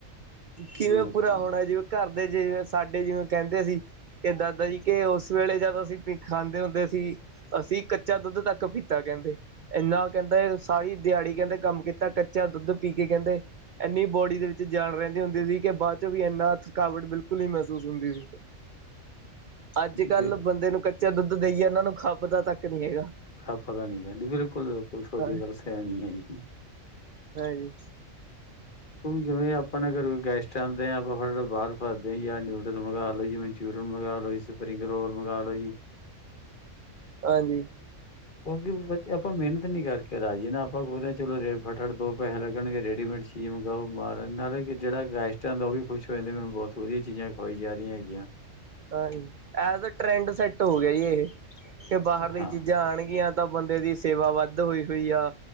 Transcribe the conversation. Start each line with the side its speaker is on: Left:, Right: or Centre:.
Right: ਕਿਵੇ
Left: ਬਿਲਕੁਲ
Right: ਪੂਰਾ ਹੋਣਾ ਜਿਵੇ- ਘਰਦੇ ਜਿਵੇ ਸਾਡੇ ਜਿਵੇ ਕਹਿੰਦੇ ਸੀ ਕਿ ਦਾਦਾ ਜੀ ਕਿ ਉਸ ਵੇਲੇ ਜਦੋ- ਅਸੀ ਖਾਂਦੇ ਹੁੰਦੇ ਅ ਸੀ ਅਸੀ ਕਚਾ ਦੁੱਧ ਤੱਕ ਪੀਤਾ ਕਹਿੰਦੇ- ਇਨਾ ਕਹਿੰਦੇ ਸਾਰੀ ਦਿਹਾੜੀ ਕਹਿੰਦੇ ਕਮ ਕੀਤਾ ਕੱਚਾ ਦੁੱਧ ਪੀ ਕੇ ਕਹਿੰਦੇ- ਐਨੀ ਬੋਡੀ ਦੇ ਵਿਚ ਜਾਨ ਰਹਿੰਦੀ ਹੁੰਦੀ ਸੀ ਕਿ ਬਾਅਦ ਚੋਂ ਵੀ ਇਨਾ ਥਕਾਵਟ ਬਿਲਕੁਲ ਨਹੀ ਮਹਿਸੂਸ ਹੁੰਦੀ ਸੀ। ਅਜ ਕਲ
Left: ਬਿਲਕੁਲ
Right: ਬੰਦੇ ਨੂੰ ਕੱਚਾ ਦੁੱਧ ਦੇਈਏ ਇਹਨਾ ਨੂੰ ਖਾਪਤਾ ਤੱਕ ਨਹੀ ਹੈਗਾ-
Left: ਖ ਪਦਾ ਨੀ ਗਾ ਜੀ ਬਿਲਕੁਲ- ਬਿਲਕੁਲ ਤੁਹਾਡੀ
Right: ਹਾਂ
Left: ਗੱਲ ਸਿਆਣੀ ਹੈ।
Right: ਹਾਂਜੀ-
Left: ਹੁਣ ਜਿਵੇ ਆਪਾ ਨਾ ਘਰੇ ਕੋ ਗੈਸਟ ਆਂਦੇ ਆ ਆਪਾ ਫੇਰ ਬਾਹਰ ਭਜਦੇ ਜਾਂ ਨੂਡਲਸ ਮੰਗਵਾ ਲ ਲੋ ਜਿਵੇ- ਮਨਚੂਰੀਅਨ ਮੰਗਵਾ ਲਓ ਜੀ ਸਪਰਿੰਗ ਰੋਲ ਮੰਗਵਾ ਲਓ ਜੀ-
Right: ਹਾਂਜੀ-
Left: ਕਿਉਕਿ ਆਪਾ ਮਿਹਨਤ ਨੀ ਕਰਕੇ ਰਾਜੀ ਨਾ ਆਪਾ ਸੋਚਦੇ ਚਲੋ ਫਟਾਫਟ ਦੋ ਪੈਸੇ ਲੱਣਗੇ ਰੇਡੀਮੇਡ- ਚੀਜ ਮੰਗਗਾਓ ਮਾਰ ਨਾਲੇ ਜਿਹੜਾ ਗੈਸਟ ਜੇੜਾ ਗੈਸਟ ਆਂਦਾ ਉਹ ਵੀ ਖੁਸ਼ ਹੋ ਜਾਦਾ ਮਨੂੰ ਬੋਤ ਵਧੀਆ ਚੀਜਾ ਖਵਾਈ ਜਾ ਰਹੀਆਂ ਹੈਗੀਆਂ-
Right: ਹਾਂਜੀ ਐਹ ਦਾ ਟਰੈਡ ਸੈਟ ਹੋ ਗਿਆ ਜੀ ਇਹ ਕਿ ਬਾਹਰ ਦੀ
Left: ਹਾਂ,
Right: ਚੀਜਾ ਆਣਗੀਆਂ- ਤਾਂ ਬੰਦੇ ਦੀ ਸੇਵਾ ਵੱਧ ਹੋਈ ਹੋਈ ਆ।